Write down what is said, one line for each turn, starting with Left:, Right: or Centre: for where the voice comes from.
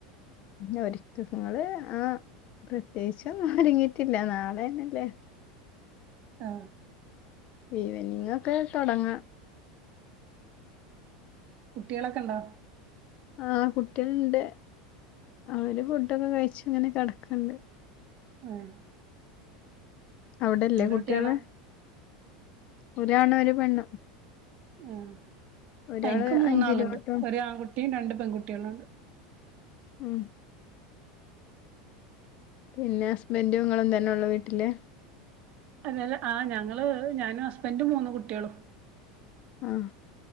Left: ഇല്ല ഒരുക്കങ്ങള് ആഹ് പ്രത്യേകിച്ചൊന്നും ഒരുങ്ങീട്ടില്ല നാളെന്നെല്ലേ
Right: ആഹ്
Left: ഈവെനിംങ്ങൊക്കെ തൊടങ്ങാ
Right: കുട്ടികളക്കെണ്ടോ
Left: ആഹ് കുട്ടികള്ണ്ട് അവര് ഫുഡൊക്കെ കഴിച്ച്ങ്ങനെ കെടക്കൺണ്ട്
Right: ആഹ്
Left: അവിടില്ലേ കുട്ടികള്
Right: കുട്ടികളാ
Left: ഒരാണും ഒരു പെണ്ണും
Right: ആഹ്
Left: ഒരാള്
Right: എനിക്ക് മൂന്നാള്ണ്ട്
Left: അഞ്ചിലോട്ടും
Right: ഒരു ആൺകുട്ടിം രണ്ട് പെൺകുട്ടിയളുംണ്ട്
Left: ഉം പിന്നെ ഹസ്ബൻഡും ഇങ്ങളും തന്നെയൊള്ളു വീട്ടില്
Right: തല്ല ആഹ് ഞങ്ങള് ഞാനും ഹസ്ബന്ഡും മൂന്ന് കുട്ട്യാളും
Left: ആഹ്